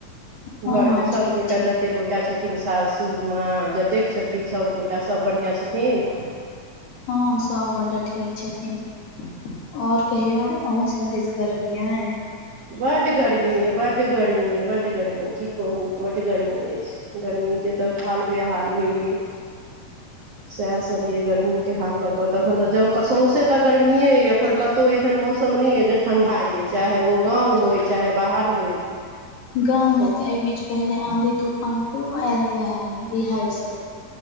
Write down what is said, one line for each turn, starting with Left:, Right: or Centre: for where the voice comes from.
Left: हँ
Right: घर
Left: हँ
Right: मे सबगोटा
Left: ठीक ठीक
Right: ज? कतेक गोटा छथिन साससूस माँ जतेक छथिन सभगोटा सब बढ़िआँ छथिन।
Left: हँ सभगोटे ठीक छथिन। और कहियो अ सब दिस गर्मिया हैं।
Right: बड गर्मी ये, बड गर्मी ये, बड गर्मी की कहू बड गर्मी अछि। गर्मीके तऽ हाल बे हाल भेलियै। सएहसभ य गर्मीे हाल लऽ कऽ तऽ एखन तऽ ज सौंसे तऽ गर्मीए अ एखन क कतहु एहन मौसम नहि य जे ठंडा ये चाहे ओ गाँंव होय चाहे बाहर होय।
Left: गाँव में
Right: सौँसे
Left: ते एहि बीच पहिले आंधी तूफान खूब आयल रहे बिहहारि सब।